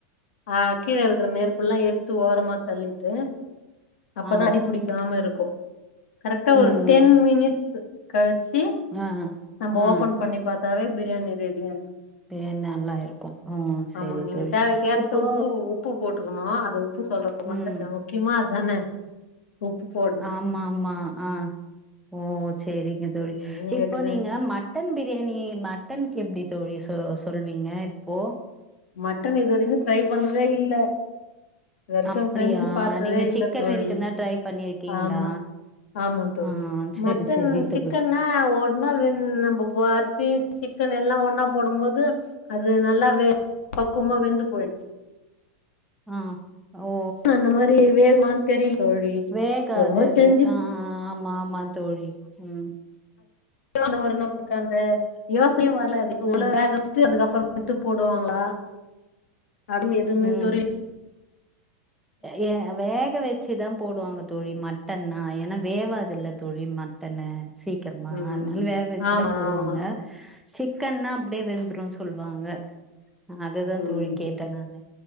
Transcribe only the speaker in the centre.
ஆ
ம்
ஆ
ஆ
பிரியாணி நல்லா இருக்கு ம் செரி
தோழி
இப்போ
ம்
ஆமா ஆமா ஆ ஓ செரிங்க தோழி
இப்ப
நீங்க மட் மட்டன் பிரியாணி மட்டனுக்கு எப்டி தோழி சோ சொல்வீங்க இப்போ
அப்டியா
நீங்க
சிக்கன்
வரைக்குந்தா ட்ரை பண்ணிருக்கீங்களா?
ஆ செரி
செரி தோழி
ஆ ஓ
வேகாது
அது
ஆ ஆமா ஆமா தோழி ம்
ஆ
ம்
ஏ வேக வச்சுதாப் போடுவாங்க தோழி மட்டன்னா ஏனா வேவாதுல தோழி மட்டன்னு சீக் க்கிரமா
அத்னால வேக வச்சுதா
போடுவாங்க
சிக்கன்னா அப்டியே வெந்துரூ சொல்வாங்க அதுதா
தோழி கேட்ட நானு